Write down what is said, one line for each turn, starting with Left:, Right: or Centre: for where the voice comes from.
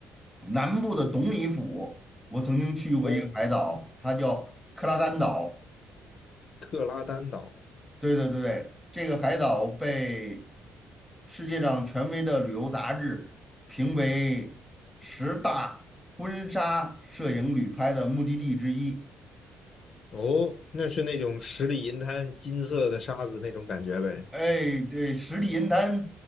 Centre: 南部的董里府，我曾经去过一个海岛，
Left: 哦，
Centre: 它叫克拉丹岛。
Left: 特拉丹岛
Centre: 对对对对，这个海岛被世界上权威的旅游杂志评为十大婚纱摄影旅拍的目的地之一。
Left: 哦，那是那种十里银滩金色的沙子那种感觉呗，
Centre: 哎，对，十里银滩